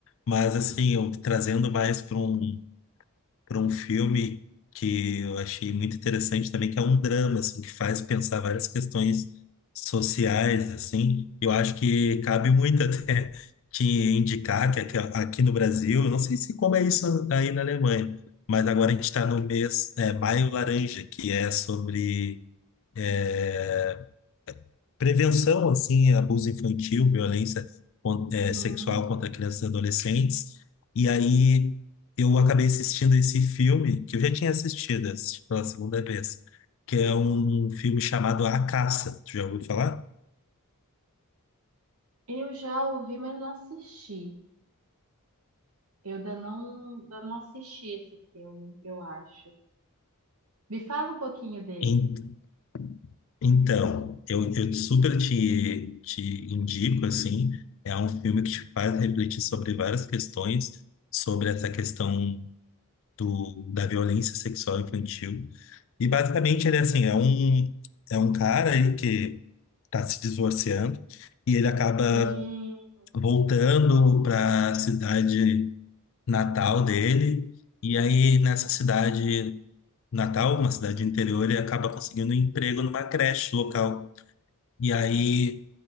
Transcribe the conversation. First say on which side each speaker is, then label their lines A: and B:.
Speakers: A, on the left (about 60°); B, on the right (about 75°).
A: Mas, assim, eu trazendo mais para um. para um filme que eu achei muito interessante também, que é um drama, assim, que faz pensar várias questões sociais, assim. Eu acho que cabe muito <laughs> até te indicar que aqui, aqui no Brasil, eu não sei se como é isso aí na Alemanha, mas agora a gente está no mês, é, Maio Laranja, que é sobre é, Prevenção, assim, a abuso infantil, violência con- eh,
B: Hum.
A: sexual contra crianças e adolescentes. E aí eu acabei assistindo esse filme, que eu já tinha assistido, assisti pela segunda vez, que é um filme chamado A Caça. Tu já ouviu falar?
B: Eu já ouvi, mas não assisti. Eu ainda não, ainda não assisti esse filme, eu acho. Me fala um pouquinho dele.
A: En- Então, eu, eu super te, te indico, assim, é um filme que te faz refletir sobre várias questões, sobre essa questão do, da violência sexual infantil E basicamente ele é assim, é um, é um cara aí que está se divorciando e ele acaba
B: Hum,
A: voltando
B: entendi.
A: para a cidade natal dele. E aí nessa cidade natal, uma cidade interior, ele acaba conseguindo um emprego numa creche local. E aí